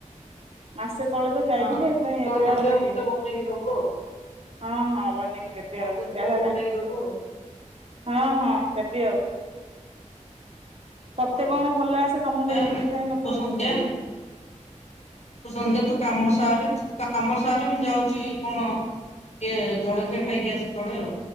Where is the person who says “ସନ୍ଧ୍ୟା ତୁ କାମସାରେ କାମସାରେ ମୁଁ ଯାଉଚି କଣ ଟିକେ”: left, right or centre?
Left